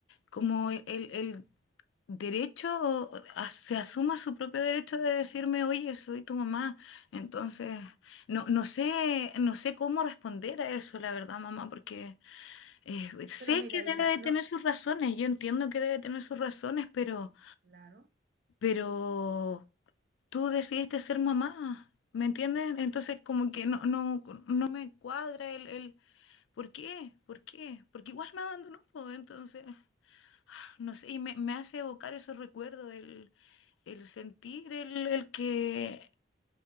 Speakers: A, on the left; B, on the right.
A: como el, el derecho, o a- se asuma su propio derecho de decirme, oye, soy tu mamá. Entonces, no, no sé, no sé cómo responder a eso, la verdad, mamá, porque... Eh, pues, sé
B: Pero mira,
A: que
B: hija,
A: debe de
B: no,
A: tener sus razones, yo entiendo que debe tener sus razones, pero,
B: claro.
A: pero tú decidiste ser mamá, ¿me entiendes? Entonces como que no, no, no me cuadra el, el ¿por qué? ¿Por qué? Porque igual me abandonó, pues, entonces, <sighs> no sé, y me, me hace evocar esos recuerdos, el, el sentir el, el que